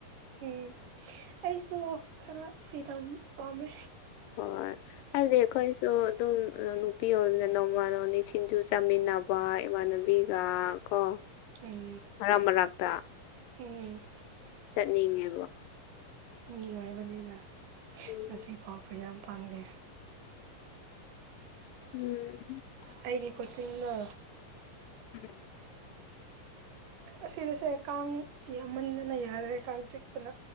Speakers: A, on the right (about 75°); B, on the left (about 85°).
A: ꯎꯝ ꯑꯩꯁꯨ ꯈꯔ ꯐꯤꯗ ꯄꯥꯝꯃꯦ
B: ꯍꯣꯏ ꯍꯥꯏꯕꯗꯤ ꯑꯩꯈꯣꯏꯁꯨ ꯑꯗꯨꯝ ꯅꯨꯄꯤ ꯑꯣꯏꯕꯅ ꯅꯣꯡꯃ ꯅꯣꯡꯅꯤ ꯁꯤꯡꯖꯨ ꯆꯥꯃꯤꯟꯅ ꯏꯅꯕ ꯏꯃꯥꯟꯅꯕꯤꯒ ꯀꯣ
A: ꯎꯝ
B: ꯃꯔꯔꯛ ꯃꯔꯛꯇ
A: ꯎꯝ
B: ꯅꯤꯡꯉꯕ
A: ꯃꯤ ꯑꯣꯏꯕꯅꯤꯅ
B: ꯎꯝ
A: ꯉꯁꯤ ꯐꯥꯎ ꯐ꯭ ꯌꯥꯝ ꯄꯥꯡꯖꯦ
B: ꯎꯝ
A: ꯑꯩꯒꯤ ꯀꯣꯆꯤꯡꯅ
B: ꯎ
A: ꯑꯁꯤꯗꯁꯦ ꯀꯥꯡ ꯌꯥꯝꯃꯟꯗꯅ ꯌꯥꯔꯦ ꯀꯥꯡ ꯆꯤꯛꯄꯅ